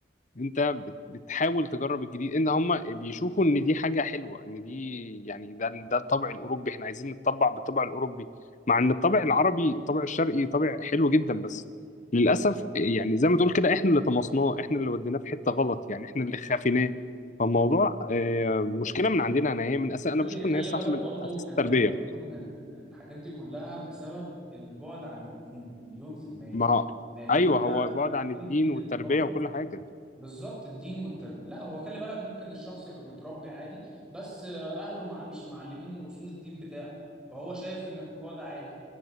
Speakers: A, on the left; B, in the centre.
A: انت بت- بتحاول تجرب الجديد ان هم بيشوفوا ان دي حاجه حلوه ان دي يعني ده ده الطبع الاوروبي احنا عايزين نتطبع بالطبع الاوروبي مع ان الطبع العربي الطبع الشرقي طبع حلو جدا بس للاسف يعني زي ما تقول كده احنا اللي طمسناه احنا اللي وديناه في حته غلط يعني احنا اللي خافيناه فالموضوع آه، مشكله من عندنا انا هي من اساس انا
B: خلي
A: بشوف ان
B: خلي
A: هي صح
B: بالك
A: من
B: برضو
A: اساس
B: خلي
A: التربيه
B: بالك برضو ان ال- ال- الحاجات دي كلها بسبب البعد عن الدين مليون في المية
A: ما هو
B: لان
A: ايوه
B: انت
A: هو بعد
B: الجيل
A: عن الدين
B: الجديد
A: والتربيه
B: اللي طالع
A: وكل حاجه
B: بالظبط الدين والتربية لا هو خلي بالك ممكن الشخص يبقى متربي عادي بس آه، اهله مع مش معلمينه اصول الدين بتاعه فهو شايف ان الموضوع ده عادي